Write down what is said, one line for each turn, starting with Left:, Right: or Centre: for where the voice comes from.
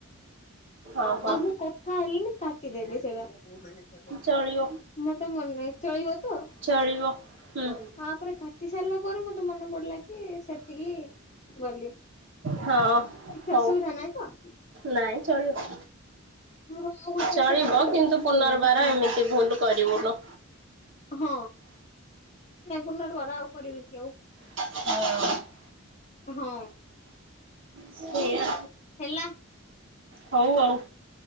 Right: ଓହୋ
Left: ଆଉ ମୁଁ କଥା ହେଲିନି କାଟିଦେଲି ସେଟା। ମୋର
Right: ଚଳିବ
Left: ତ ମନେ ନାହିଁ ଚଳିବ ତ?
Right: ଚଳିବ ହୁଁ।
Left: ତାପରେ କାଟି ସାରିଲା ପରେ ମତେ ମନେ ପଡିଲା କି ସେତିକି ବୋଲି।
Right: ହଁ।
Left: କିଛି
Right: ହଉ।
Left: ଅସୁବିଧା ନାହିଁ ତ?
Right: ନାଇଁ ଚଳିବ।
Left: ମୋର ଆଉ ଗୋଟେ
Right: ଚଳିବ
Left: ସେଟା କମ୍ପ୍ଲିଟ
Right: କିନ୍ତୁ ପୁନର୍ବାର
Left: ହେଇଗଲା ହଁ
Right: ଏମିତି ଭୁଲ୍ କରିବୁନୁ।
Left: ହଁ ନାଇଁ ପୁନର୍ବାର ଆଉ କରିବି କି ଆଉ।
Right: <inaudible>
Left: ହଁ।
Right: ସେୟା,
Left: ହେଲା।
Right: ହୋଉ ଆଉ।